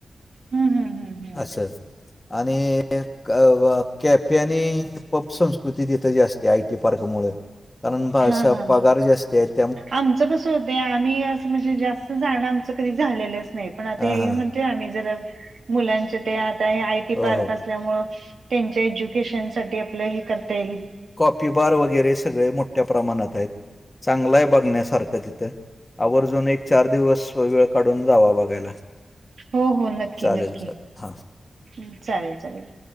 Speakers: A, on the right; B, on the left.
A: हू हू हू हू.
B: असं आणि <inaudible> केफे आणि पब संस्कृती. हुती तिथं जास्ती... आयटी पार्क मुळं... कारण भा...
A: हां,
B: श...
A: हां,
B: पगार
A: हां.
B: जास्ती हेत.
A: आमचं कसं होतय, आम्ही असं म्हणजे... जास्त जाणं आमचं कधी झालेलंच नई. पण आता
B: हां
A: हे
B: हां
A: विमान -ते आम्ही जर, मुलांचे त्यात आता हे आयटी
B: हो
A: पार्क
B: हो
A: असल्यामुळं... त्यांच्या एज्युकेशन साठी आपलं हे करता येईल.
B: कॉपी बार वगैरे सगळे... मोठ्या प्रमाणात हायेत. चांगलं बघण्यासारखं तिथं... आवर्जून एक चार दिवस वेळ काढून जावा, बघायला
A: हो हो, नक्की
B: चालेल
A: नक्की,
B: चालेल हां
A: चालेल चालेल.